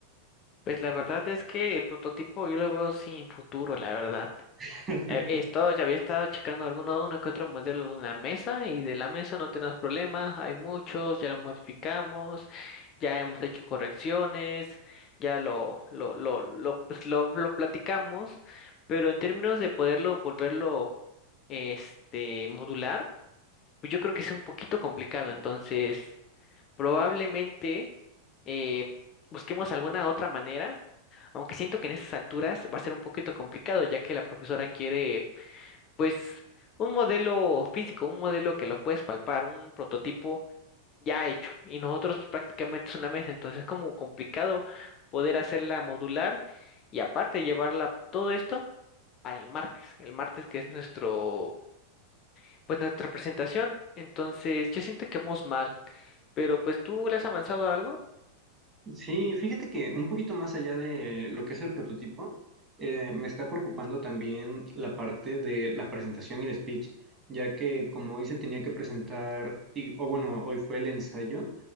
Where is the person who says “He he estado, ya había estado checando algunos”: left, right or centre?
Left